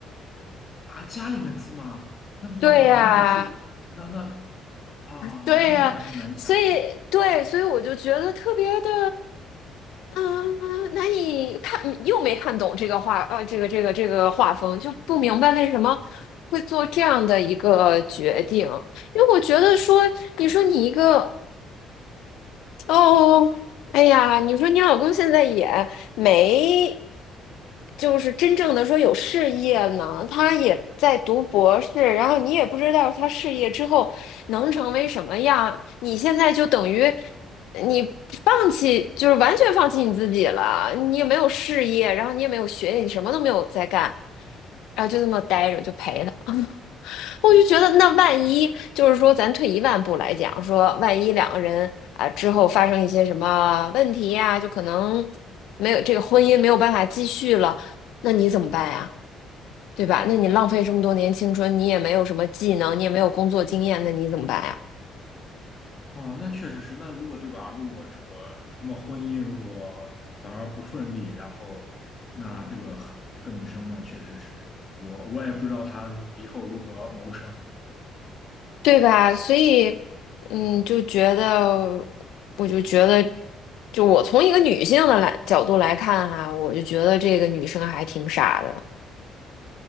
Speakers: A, on the left; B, on the left.
A: 啊，家里面出吗？那不年龄是
B: 对呀，
A: 那那啊，
B: 对呀，
A: 那我还是难以想象的。
B: 所以对，所以我就觉得特别的，嗯、难以看，又没看懂这个画，呃，这个这个这个画风，就不明白为什么会做这样的一个决定。因为我觉得说，你说你一个哦，哎呀，你说你老公现在也没，就是真正的说有事业呢，他也在读博士，然后你也不知道他事业之后能成为什么样，你现在就等于你放弃，就是完全放弃你自己了，你也没有事业，然后你也没有学业，你什么都没有在干，然后就这么待着就陪他。我就觉得，那万一就是说，咱退一万步来讲，说万一两个人啊之后发生一些什么问题呀，就可能没有这个婚姻没有办法继续了，那你怎么办呀？对吧？那你浪费这么多年青春，你也没有什么技能，你也没有工作经验，那你怎么办呀？
A: 哦，那确实是。那如果对吧？如果这个他们婚姻如果反而不顺利，然后那这个孩这个女生呢，确实是我我也不知道她以后如何谋生。
B: 对吧？所以，嗯，就觉得，我就觉得，就我从一个女性的来角度来看哈、我就觉得这个女生还挺傻的，